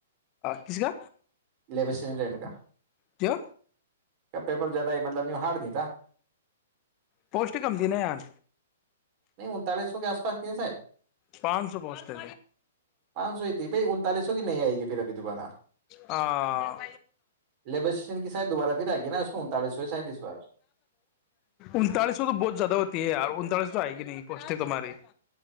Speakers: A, on the left; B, on the right.
A: کس کا
B: لبس کاا
A: کیا
B: کیا پیپر جیادہ مطلب ہارڈ نہیں تھا
A: پوسٹ کم دی ن آان
B: نہیں انتالیس سو کے آس پاس کی ساید
A: پانچ سو پوسٹ تھے
B: پانچ سو ہی تھی بائی انتالیس سو کی نہیں آئے گی پھر ابھی دوبارہ
A: ہاں
B: لیبر اسٹیشن کی سائڈ دوبارہ پھر آئے گی نا اس میں انتالیس سو شاید اس بار
A: انتالیس سو تو بہت زیادہ ہو یہ انتالس تو ہے کہ نہیں پس تو مارے